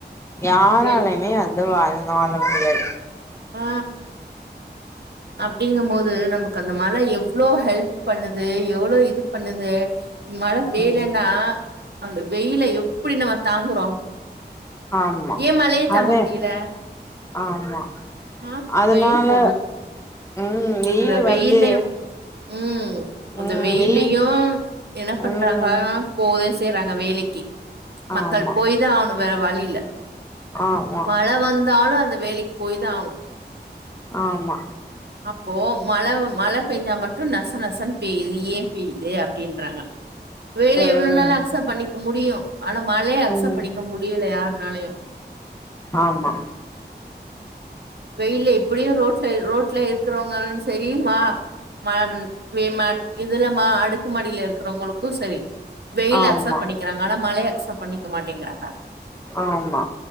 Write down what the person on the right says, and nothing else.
எல்
ஆ அப்டிங்க போது நமக்கு அந்த மழ எவ்வளோ ஹெல்ப் பண்ணுது எவ்வளோ இது பண்ணுது மழ பெய்லனா
அந்த வெயில்ல எப்டி நம்ம தாங்குறோ
ஏ மழைய தாங்க
முடியல
ஆ
வெயில் போடு
அந்த வெயிலயு
ம் அந்த
வெயிலையு
என்ன பண்றாங்க
ஆ போகதா செய்றாங்க வேலைக்கு மக்கள்
போய்தா அவனு வேற வழியில
மழை வந்தாலு அந்த வேலைக்கு போய் தா ஆகனு
அப்போ மழ மழ பேஞ்சா மட்டு நச நசன்னு பெய்யுது ஏ பெய்யுது அப்டின்றாங்க வெயில
எவ்வளோ நாலு அக்செப்ட் பண்ணிக்க முடியு ஆனா மழைய அக்செப்ட்
பண்ணிக்க முடியல யாருநாலையு
வெயில்ல எப்படியு ரோட்டுல ரோட்ல இருக்கிறவங்க தெரியுமா மா மா இமா இதுல மா அடுக்கு மாடியில இருக்கிறவங்களுக்கு சரி வெயில
அக்செப்ட் பண்ணிக்கிறாங்க ஆனா மழைய அக்சப்ட் பண்ணிக்க மாட்டேங்கிறாங்க